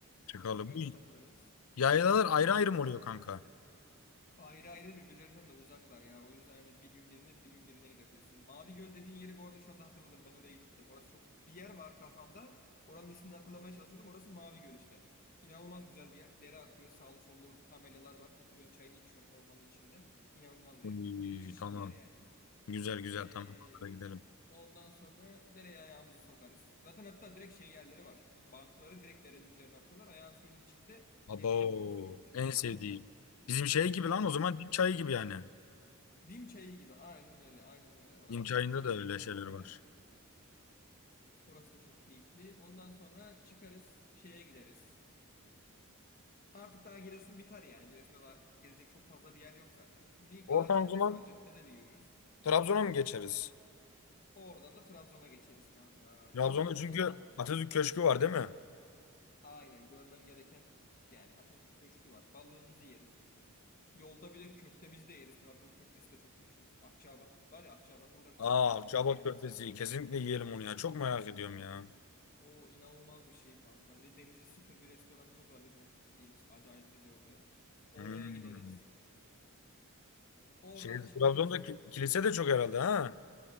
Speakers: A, on the left; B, on the left.
A: Çıkalım.
B: Kulakkaya'da
A: Bu
B: takılırız.
A: yaylalar ayrı ayrı mı oluyor kanka?
B: Ayrı ayrı birbirlerinden de uzaklar ya. O yüzden hani bir gün birine bir gün birine gidebilirsin. Mavi Göl dediğin yeri bu arada şu anda hatırladım. Ben oraya gittim. Orası çok bir yer var kafamda. Oranın ismini hatırlamaya çalışıyordum. Orası Mavi Göl işte. İnanılmaz güzel bir yer. Dere akıyor. Sağlı sollu kamelyalar var. Oturuyorsun çayını içiyorsun ormanın içinde. İnanılmaz
A: Oy,
B: bir yer. Müthiş
A: tamam.
B: bir yer yani.
A: Güzel güzel
B: Ee,
A: tamam. Hadi gidelim.
B: ondan sonra dereye ayağımızı sokarız. Zaten hatta direkt şey yerleri var. Bankları direkt derenin üzerine atıyorlar. Ayağın suyun içinde
A: Abo
B: yemeğini yiyorsun, suyunu içiyorsun
A: en
B: falan
A: sevdiğim.
B: filan.
A: Bizim şey gibi lan o
B: Çok
A: zaman dim çayı gibi yani.
B: Dim çayı gibi. Aynen öyle. Aynen öyle. Orası
A: Dim çayında
B: da çok keyifli
A: da öyle
B: bir yer
A: şeyler
B: bu arada.
A: var.
B: Orası da çok keyifli. Ondan sonra çıkarız şeye gideriz. Artık daha Giresun biter yani. Giresun'da daha gezecek çok fazla bir yer yok zaten. Bir
A: Oradan
B: Gazi Caddesi
A: o zaman
B: var. Caddede bir yürürüz.
A: Trabzon'a mı geçeriz?
B: Oradan da Trabzon'a geçeriz kanka.
A: Trabzon'da
B: Trabzon'da
A: çünkü
B: da
A: Atatürk Köşkü var değil mi?
B: aynen görmen gereken yani Atatürk Köşkü var. Balığımızı yeriz. Yolda bir de köftemizi de yeriz. Trabzon köftesi de çok meşhur. Akçaabat var ya Akçaabat'a uğrarız.
A: Aa,
B: Oradan bir
A: Akçaabat
B: köfte yeriz.
A: köftesi. Kesinlikle yiyelim onu ya. Çok merak ediyorum ya.
B: O inanılmaz bir şey kanka. Bir de denize sıfır bir restoranımız var bizim hep gittiğimiz. Acayip güzel oluyor. Oraya
A: Hmm.
B: gideriz. Oradan
A: Şey,
B: çıkarız.
A: Trabzon'da ki- kilise de çok herhalde ha.